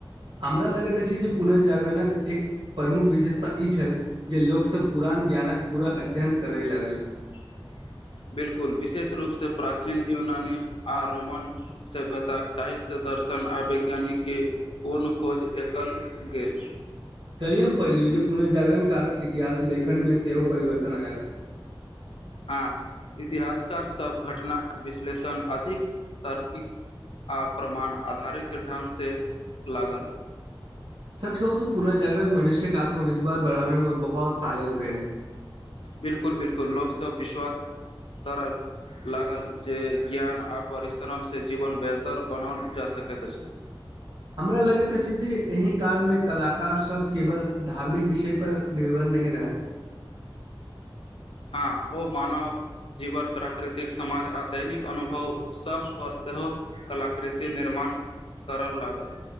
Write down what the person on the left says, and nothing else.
<unintelligible> बिलकुल विशेष रूपसँ प्राचीन यूनानी आ रोमन सभ्यतााक साहित्य दर्शन आ वैज्ञानिक के पूर्ण खोज एकल गेल
हँ इतिहासकार सभ घटना विश्लेषण अधिक तर्कीक आ प्रमाण आधारित ढङ्ग से लागल
बिलकुल बिलकुल लोकसभ विश्वास करल लागल जे ज्ञान आ परिश्रम सँ जीवन बेहतर बनाओल जा सकैत अछि
हँ ओ मानव जीवन प्राकृतिक समाज आ दैनिक अनुभव सभपर सेहो कलाकृति निर्माण करय लागल